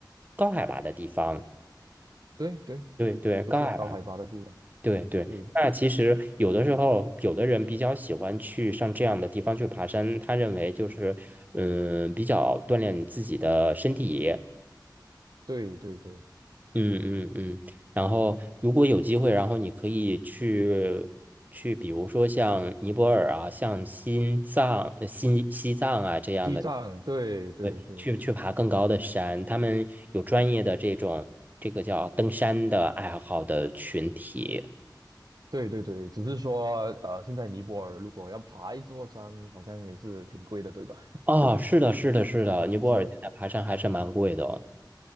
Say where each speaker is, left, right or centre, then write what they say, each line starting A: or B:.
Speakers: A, on the right; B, on the right.
A: 高海拔的地方，
B: 对对，
A: 对对，高海拔，
B: 都是高海拔的地方。
A: 对对。
B: 对对
A: 那其实有的时候，有的人比较喜欢去上这样的地方去爬山，他认为就是嗯，比较锻炼你自己的身体，
B: 对对对，
A: 嗯嗯嗯，然后如果有机会，然后你可以去去，比如说像尼泊尔啊，像新藏、呃新西藏啊这样的，
B: 西藏，对对对
A: 对，去去爬更高的山，他们有专业的这种这个叫登山的爱好的群体。
B: 对对对，只是说呃，现在尼泊尔如果要爬一座山，好像也是挺贵的，对吧？
A: 哦，是的，是的，是的，尼泊尔现在爬山还是蛮贵的哦。
B: <laughs> 是吧？